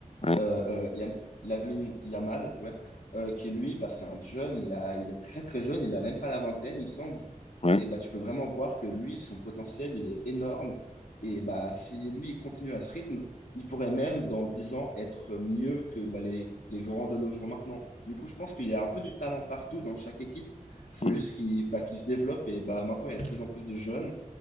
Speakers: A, on the left; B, on the left.
A: ouais,
B: euh, euh, Yam- Lamine Yamal, ouais, euh, qui lui, bah, c'est un jeune, il a, il est très très jeune, il a même pas la vingtaine, il me semble.
A: ouais.
B: Et bah, tu peux vraiment voir que lui, son potentiel, il est énorme. Et bah, si lui, il continue à ce rythme, il pourrait même, dans 10 ans, être mieux que bah, les, les grands de nos jours maintenant. Du coup, je pense qu'il y a un peu du talent partout dans chaque équipe. Il faut
A: Mmh,
B: juste qu'il bah, qu'il se développe. Et bah, maintenant, il y a de plus en plus de jeunes